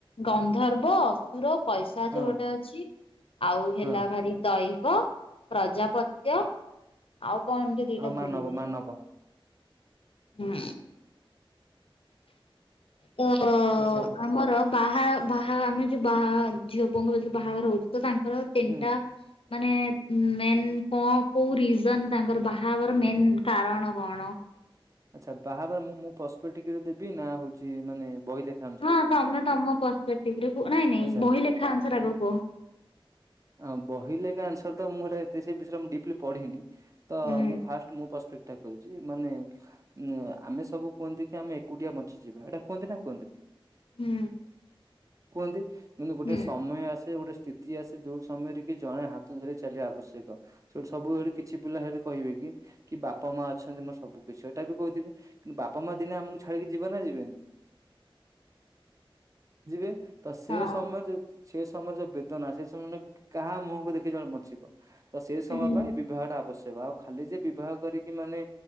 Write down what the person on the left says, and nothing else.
ଗନ୍ଧର୍ବ ଅସୁର ପଇଶାଚ
ଗୋଟେ ଅଛି ଆଉ ହେଲା
ଭାରି ଦୈବ, ପ୍ରଜାପତ୍ୟ ଆଉ କଣ ଏମିତି ଦିଟା
ଭୁଲିଗଲି।
ହୁଁ, ତ
ଆମର ବାହା, ବାହା ଆମେ ଯୋଉ ବାହା ଝିଅ ପୁଅଙ୍କୁ ବେଦିରେ ବାହାଘର ହଉଚି, ତ ତାଙ୍କର ତିନିଟା
ମାନେ ମେନ୍ କଣ କୋଉ ରିଜନ ତାଙ୍କର ବାହା ହେବର ମେନ୍ କାରଣ କଣ?
ହଁ, ତମେ ତମ ପରପେକ୍ଟିଭିରେ କୁହ, ନାଇଁ ନାଇଁ
ବହି ଲେଖା ଅନୁସାର ଆଗ କୁହ।
ହୁଁ
ହୁଁ
ହୁଁ
<unintelligible>
ହଁ
ହୁଁ।